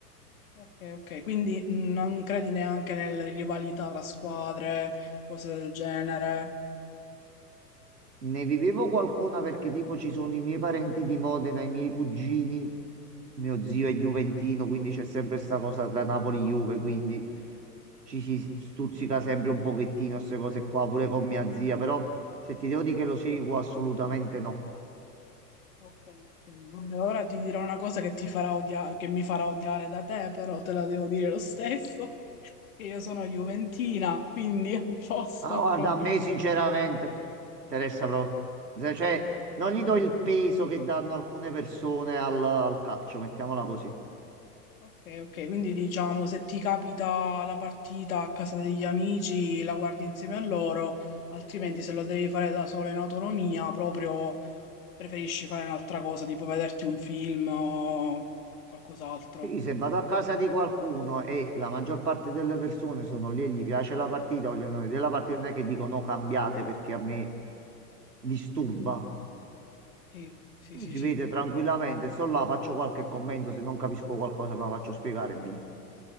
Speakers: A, on the left; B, on the right.
A: Ok, ok, quindi mm, non credi neanche nelle rivalità tra squadre, cose del genere.
B: Ne vivevo qualcuna perché tipo ci sono i miei parenti di Modena, i miei cugini, mio zio è giuventino, quindi c'è sempre questa cosa tra Napoli e Juve, quindi ci si stuzzica sempre un pochettino queste cose qua, pure con mia zia, però se ti devo dire che lo seguo assolutamente no.
A: Ok, ok. Vabbè, ora ti dirò una cosa che ti farà odiare, che mi farà odiare da te, però te la devo dire lo stesso, <laughs> che io sono juventina, quindi a posto
B: Ah, guarda,
A: <laughs> proprio.
B: a me sinceramente interessa proprio. Se- Cioè,
A: Ah, ok,
B: non gli do il peso che danno alcune persone al, al calcio, mettiamola così.
A: ok, ok, quindi diciamo se ti capita la partita a casa degli amici, la guardi insieme a loro, altrimenti se lo devi fare da sola in autonomia, proprio preferisci fare un'altra cosa, tipo vederti un film o qualcos'altro.
B: Sì, se vado a casa di qualcuno e la maggior parte delle persone sono lì e gli piace la partita, vogliono vedere la partita, non è che dico no, cambiate perché a me disturba.
A: Sì, sì, sì,
B: Si
A: sì.
B: vede tranquillamente, sto là, faccio qualche commento, se non capisco qualcosa me la faccio spiegare e via.